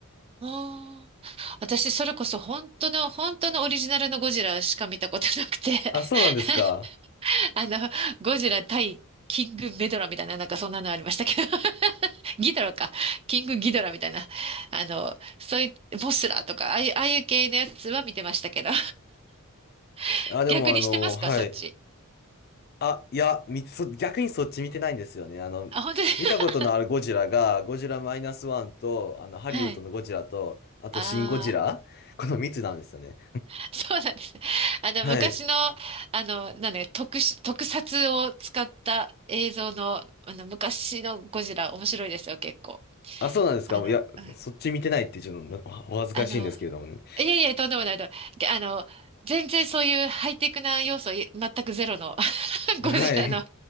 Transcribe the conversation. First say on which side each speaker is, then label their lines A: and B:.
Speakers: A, on the right; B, on the left.
A: ああ、私、それこそ本当の、本当のオリジナルのゴジラしか見たことなくて
B: あ、そうなんですか。
A: <laughs> あの、ゴジラ対キングメドラみたいな、なんかそんなのありましたけど <laughs> ギドラか。キングギドラみたいな。あの、そういう、モスラとか、ああいう、ああいう系のやつは見てましたけど <laughs>
B: あ、でもあの、
A: 逆にしてますか、
B: はい。
A: そっち。
B: あ、いや、見て、そ、逆にそっち見てないんですよね。あの、
A: あ、本当に <laughs>
B: 見たことのあるゴジラが、ゴジラマイナスワンと、あの、ハリウッドのゴジラと、
A: はい。
B: あと、
A: ああ。
B: シン・ゴジラこの3つなんですよね。
A: <laughs> そうなんですね。あの、
B: はい。
A: 昔の、あの、なんだよ特殊、特撮を使った映像の、あの、昔のゴジラ、面白いですよ、結構。
B: あ、そうなんですか。
A: あの、
B: いや、
A: うん、
B: そっち見てないってちょっとおお恥ずかしいんですけれどもね。
A: あの、いやいや、とんでもないと。げあの、全然そういうハイテクな要素い、全くゼロの <laughs>
B: はい。
A: ゴジラの